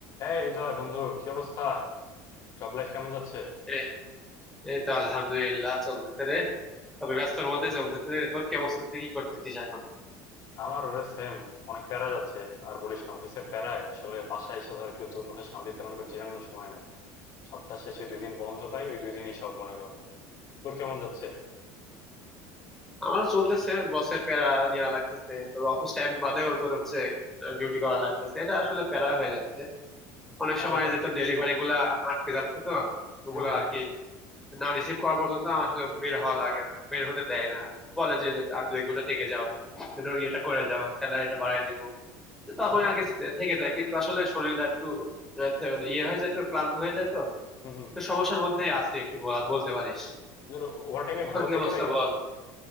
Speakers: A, on the left; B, in the centre.
A: এই হৃদয় বন্ধু কি অবস্থা জব লাইফ কেমন যাচ্ছে
B: এই এই তো আলহামদুলিল্লাহ চলতেছে রে তবে ব্যস্তর মধ্যে চলতেছে রে তোর কি অবস্থা তুই কি করতেছিস এখন
A: আমার ওরে সেম অনেক প্যারা যাচ্ছে আর বলিস না অফিসের প্যারায় আসলে বাসায় এসে ধর একটু দুমুঠো শান্তিতে মনে কর জিরানোর সময় নাই সপ্তাহ শেষে দুই দিন বন্ধ পাই ওই দুই দিনই সব মনে কর তোর কেমন যাচ্ছে
B: আমার চলতেছে বসের প্যারা নেওয়া লাগতেছে তোর অফিস টাইম বাদেও তোর হচ্ছে ডিউটি করা লাগতেছে এটা আসলে প্যারা হয়ে যাচ্ছে অনেক
A: আর
B: সময়
A: এটার
B: যে তোর ডেলিভারি গুলা আটকে যাচ্ছে তো ওগুলা
A: হ্যাঁ হ্যাঁ
B: আর কি না রিসিভ করা পর্যন্ত আমার আসলে বের হওয়া লাগে না বের হতে দেয় না বলে যে আর দু এক ঘন্টা থেকে যাও একটু ইয়েটা করে যাও স্যালারিটা বাড়ায় দিব তো তখন
A: আহ
B: আর কি থেকে যায় কিন্তু আসলে শরীরটা একটু আহ, মানে ইয়ে হয়ে যায় তো ক্লান্ত হয়ে যায় তো
A: হুম হুম
B: তো সমস্যার মধ্যেই আছে একটু বলা- বলতে পারিস
A: তোদের ওভার টাইমে
B: তোর
A: ভালো
B: কি
A: পে
B: অবস্থা
A: করে
B: বল